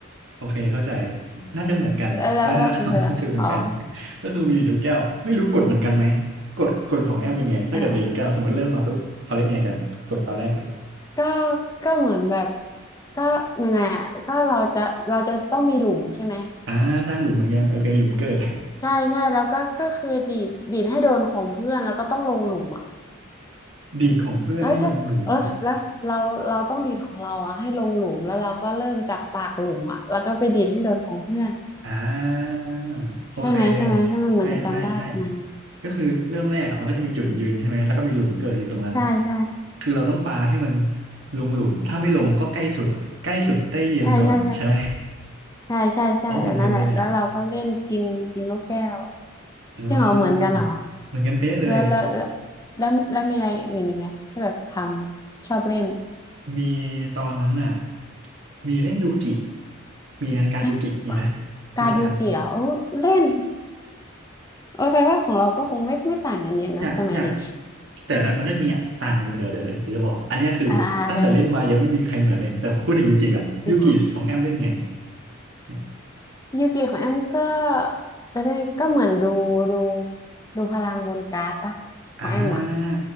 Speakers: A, on the right (about 65°); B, on the left (about 15°).
A: โอเคเข้าใจน่าจะเหมือนกันวัฒนธรรมก็คือเหมือนกัน
B: แล้วแล้วแล้วของเธออ๋อ
A: <laughs> ก็คือมีดีดลูกแก้วไม่รู้กฎเหมือนกันไหมกฎกฎของแอมเป็นไงถ้าเกิดดีดลูกแก้วสมมติเริ่มมาปุ๊บเขาเล่นไงกันกดตอนแรกเลย
B: อ่าก็ก็เหมือนแบบก็ยังไงอ่ะก็เราจะเราจะต้องมีหลุมใช่ไหม
A: อ่าสร้างหลุมเหมือนกันโอเคหลุมเกิด
B: ใช่ใช่แล้วก็ก็คือดีดดีดให้โดนของเพื่อนแล้วก็ต้องลงหลุมอ่ะ
A: <laughs> ดีดของเพื่อนให้ลงหลุม
B: แล้วจะเออแล้วเราเราต้องดีดของเราอ่ะให้ลงหลุมแล้วเราก็เริ่มจากปากหลุมอ่ะแล้วก็ไปดีดให้โดนของเพื่อน
A: อ่าโอเค
B: ใช่ไหมใช่ไหมใช่มันเหมือนจะจำได้ประมาณนี้
A: ใช่ใช่ใช่ก็คือเริ่มแรกอะมันก็จะมีจุดยืนใช่ไหมแล้วก็มีหลุมเกิดอยู่ตรงนั้น
B: ใช่ใช่
A: คือเราต้องปาให้มันลงหลุมถ้าไม่ลงก็ใกล้สุดใกล้สุดได้ยืนก่อนใช่ไหม
B: ใช่ใช่ใช่ใช่ใช่ใช่แบบนั้นแหละแล้วเราก็เล่นกินกินลูกแก้ว
A: อ๋อเหมือนกันเลยเนี่ย อ่
B: ใช่เหรอเหมือนกันเหรอ
A: าเหมือนกันเป๊ะเลย
B: แล้วแล้วแล้วแล้วแล้วมีอะไรอื่นอีกไหมที่แบบทำชอบเล่น
A: มีตอนนั้นน่ะมีเล่นยูกิมีนะการดยูกิมีไหม
B: ฮะ
A: รู้จักการดยูกิ
B: การดยูกิเหรอโอ้เล่นโอ้ยแปลว่าของเราก็คงไม่ไม่ต่างกันเยอะนะสมัยเด็ก
A: อยากอยากแต่นั้นมันน่าจะมีต่างอยู่เดี๋ยวเดี๋ยวเดี๋ยวเดี๋ยวจะบอกอันเนี้ยคือตั้งแต่เล่นมายังไม่มีใครเหมือนเลยแต่พูดถึงยูกิก่อนยูกิของแอมเล่นไง
B: อ่าโอเคโอเคจริงเหรอ
A: ใช่
B: ยูกิของแอมก็จะได้ก็เหมือนดูดูดูพลังบนการ์ดปะของแอมอ่ะ
A: อ่า